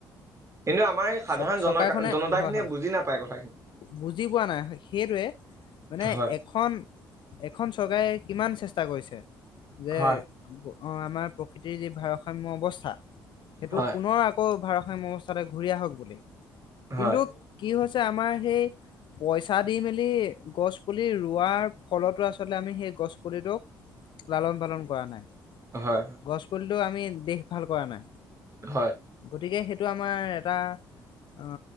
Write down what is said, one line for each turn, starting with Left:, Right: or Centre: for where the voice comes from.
Right: কিন্তু আমাৰ এই সাধাৰণ
Left: চ চৰকাৰখনে
Right: জন জনতা
Left: হয়
Right: খিনিয়ে
Left: হয়,
Right: বুজি নাপায় কথাখিনি
Left: বুজি পোৱা নাই, সেইটোৱে মানে
Right: হয়
Left: এখন এখন চৰকাৰে। কিমান চেষ্টা কৰিছে। যে।
Right: হয়
Left: অ' আমাৰ প্ৰকৃতিৰ যি ভাৰসাম্য অৱস্থা। সেইটো
Right: হয়
Left: পুনৰ আকৌ ভাৰ। <unintelligible> তে ঘূৰি আহক বুলি। কিন্তু
Right: হয়
Left: কি হৈছ চে আমাৰ সেই পইচা দি মেলি গছ পুলি ৰোৱাৰ ফলটো আচলতে আমি সেই গছ পুলিটোক লালন পালন কৰা নাই।
Right: হয়।
Left: গছ পুলিটো আমি দেশ ভাল কৰা নাই।
Right: হয়
Left: গতিকে সেইট তোমাৰ এটা অ